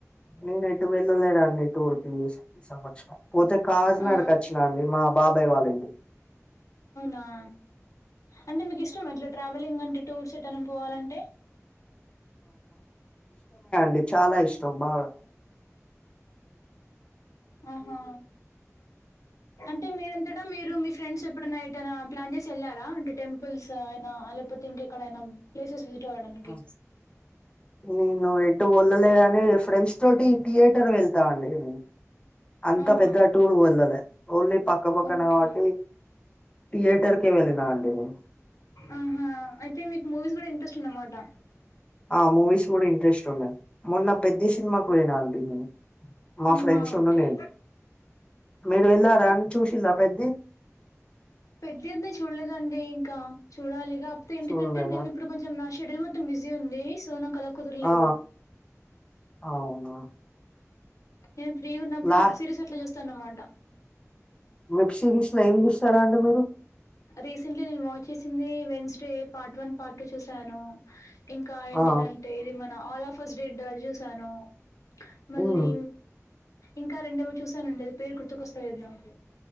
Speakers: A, on the left (about 20°); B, on the left (about 80°).
A: నేనెటు వెళ్లలేదండి టూర్ కి మిస్ సంవత్సరం పోతే కాజ్
B: ఆ
A: నగర్ కచ్చినాండి మా బాబాయ్ వాళ్ళింటికి
B: ఆ అంటే మీకిష్టమా ఇట్లా ట్రావెలింగ్ అంటే టూర్స్ ఎటనా పోవాలంటే
A: ఇద్ చాలా ఇష్టం బాగా
B: ఆహా
A: <unintelligible>
B: అంటే మీరంతట మీరు మీ ఫ్రెండ్స్ ఎప్పుడన్నా ఏటైనా ప్లాన్ చేసి వెళ్లారా అంటే టెంపుల్స్ అయినా అ లేపొ తే ఇంకెక్కడైనా ప్లేసెస్ విజిట్ అవ్వడానికి
A: అ నేను ఎటు వోల్లలేగని ఫ్రెండ్స్ తోటి థియేటర్ వెళ్తా అండి నేన్ అంత
B: ఆహా
A: పెద్ద టూర్ కు వెళ్ళాలే ఓన్లీ పక్కపక్కనే
B: ఓకే
A: కాబట్టి థియేటర్ కే వెళ్ళినా అండి నేను
B: ఆహా అయితే మీక్ మూవీస్ కూడా ఇం ట్రెస్టన్నమాట
A: ఆ మూవీస్ కూడా ఇంట్రెస్ట్ ఉన్నది మొన్న పెద్ది సినిమాక్ పొయినా అండి నేను మా
B: ఆహా
A: ఫ్రెండ్స్ ఉన్ను
B: ఓకే
A: నేను మీరు వెళ్ళారా అండ్ చూషిండ్ల పెద్ది
B: పెద్ది ఉంది చూలేదండి కా చూడాలిగ కాకపోతే ఏంటిదంటే
A: చూడలేదా
B: నేను ఇప్పుడు కొంచెం నా షెడ్యూల్ మొత్తం బిజీ ఉంది సో నాక్ అల కుదర్లేదు
A: ఆ అవునా
B: నేను ఫ్రీగున్నప్పుడు
A: లాస్ట్
B: వెబ్ సిరీస్ అట్లా చూస్తాన్నమాట
A: వెబ్ సిరీస్ ల ఏం చూస్తారండి మీరు
B: రీసెంట్లీ నేను వాచ్ చేసింది Wednesday part one part two చూశాను ఇంకా ఏంటిదంటే
A: ఆ
B: ఇది మన ఆల్ ఆఫ్ ఫస్ట్ డేడ్ అద్ చూసాను మళ్ళీ
A: ఉమ్
B: ఇంకా రెండేమో చూసానండి అది పేరు గుర్తుకొస్తాలేద్ నాకు